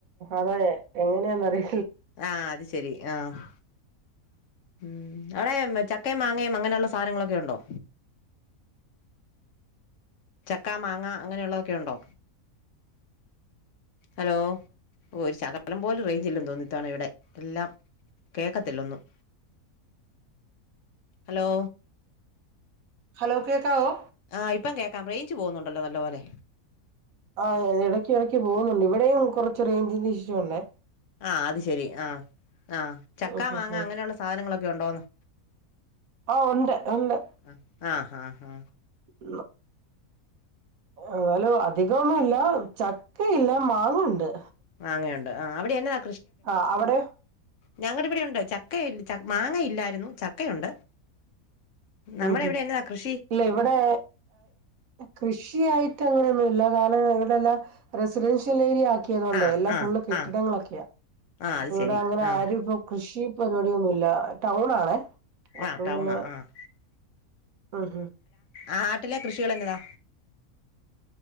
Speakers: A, on the right (about 70°); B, on the left (about 60°).
A: അതെ എങ്ങനെയാന്ന് അറിയി
B: ആഹ് അത് ശരി ആഹ് ഉമ് ആടെ ചക്കയും മാങ്ങയും അങ്ങനെയുള്ള സാധനങ്ങളൊക്കെ ഉണ്ടോ ചക്ക, മാങ്ങ, അങ്ങനെയുള്ളതൊക്കെ ഉണ്ടോ? ഹലോ ഒരു ശകലം പോലും റേഞ്ചല്ല തോന്നു ത്തണ ഇവിടെ എല്ലാം കേക്കത്തില്ലൊന്നും ഹലോ
A: ഹലോ കേക്കാവോ?
B: ആഹ് ഇപ്പം കേക്കാം റേഞ്ച് പോകുന്നുണ്ടല്ലോ നല്ല പോലെ
A: ആ എടക്ക് എടക്ക് പോകുന്നുണ്ട് ഇവിടെയും കുറച്ച് റേഞ്ചിന്റെ ഇഷ്യുണ്ട് ഏഹ്
B: ആഹ് അത് ശെരി ആഹ് ആഹ്
A: തോന്നുന്നു
B: ചക്കാ മാങ്ങ അങ്ങനെയുള്ള സാധനങ്ങളൊക്കെ ഒണ്ടോന്ന്
A: ആഹ് ഉണ്ട് ഒണ്ട്
B: ആ ആ ഹാ ഹാ
A: ഉള്ള് എന്നാലും അധികൊന്നും ഇല്ല ചക്കയില്ല മാങ്ങയുണ്ട്.
B: മാങ്ങെയുണ്ട് ആ അവിടെയെന്നതാ?
A: ആ അവിടെ
B: ഞങ്ങടിവിടെയുണ്ട് ചക്കയി ച മാങ്ങ ഇല്ലായിരുന്നു ചക്കയുണ്ട്. നമ്മള
A: ഉം ഹും
B: ഇവിടെയൊന്നും ആ കൃഷ്
A: ഇല്ല ഇവിടെ കൃഷിയായിട്ട് അങ്ങനെയൊന്നുംല്ല കാരണം ഇവിടെ ഇവിടെല്ലാം റെസിഡൻഷ്യൽ ഏരിയ ആക് ക്കിയതോണ്ട്
B: ആ
A: എല്ലാം
B: ആ
A: ഫുള് കെട്ടിടങ്ങളൊക്കെയാ
B: ആ ആ
A: അപ്പൊ
B: അത്
A: ഇവിടെ
B: ശരി
A: അങ്ങനെ
B: ആ
A: ആരും ഇപ കൃഷി ഇപ്പം പരിപാടിയൊന്നുംല്ല ടൗൺ ആണേ അതുകൊണ്ട്
B: ആഹ് ടൗണാ
A: പിന്നെ
B: ആഹ്
A: ഉം ഹും
B: ആ നാട്ടിലെ കൃഷികൾ എങ്ങനാ